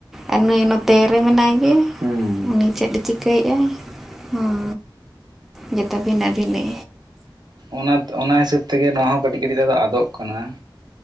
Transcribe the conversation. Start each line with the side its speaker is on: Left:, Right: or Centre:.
Centre: ᱟᱨ ᱱᱩᱭ ᱱᱚᱛᱮ ᱨᱮ ᱢᱮᱱᱟᱭ ᱜᱮ
Right: ᱦᱩᱸ
Centre: ᱩᱱᱤ ᱪᱮᱫ ᱮ ᱪᱤᱠᱟᱹᱭᱮ-ᱟ ᱦᱩᱸ ᱡᱚᱛᱚ ᱵᱷᱤᱱᱟᱹ ᱵᱷᱤᱱᱤ
Right: ᱚᱱᱟᱛ ᱚᱱᱟ ᱦᱤᱥᱟᱹᱵᱽ ᱛᱮᱜᱮ ᱱᱚᱣᱟ ᱦᱚᱸ ᱠᱟᱹᱴᱤᱡ ᱠᱟᱹᱴᱤᱡ ᱫᱚ ᱟᱫᱚ ᱟᱫᱚᱜ ᱠᱟᱱᱟ